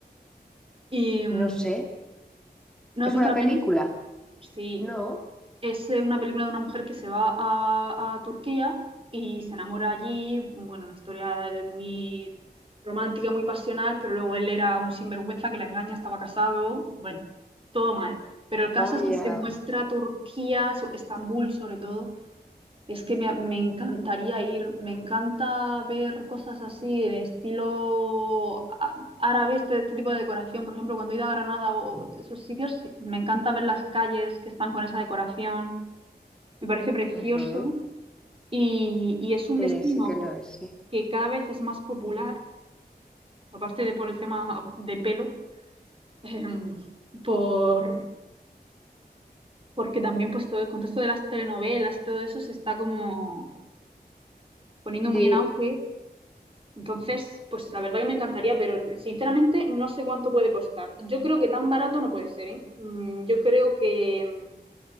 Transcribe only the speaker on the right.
Y, em,
¿no has
visto
la
peli? Sí.
Es eh, una película de una mujer que se va a, a Turquía y se enamora allí, bueno, una historia de muy romántica, muy pasional, pero luego él era un sinvergüenza que la engaña, estaba casado, bueno, todo mal. Pero el caso
es que se muestra Turquía, so- Estambul sobre todo, es que me, me encantaría ir, me encanta ver cosas así de estilo á- árabe, este, este tipo de decoración, por ejemplo, cuando he ido a Granada o esos sitios, sí, me encanta ver las calles que están con esa decoración me parece precioso
y, y es un
destino
que cada vez es más popular, aparte de por el tema de pelo, <laughs> em, por, porque también pues todo el contexto de las telenovelas y todo eso se está como poniendo muy
en auge. Entonces, pues la verdad que me encantaría, pero sinceramente no sé cuánto puede costar. Yo creo que tan barato no puede ser, ¿eh? Mm, Yo creo que...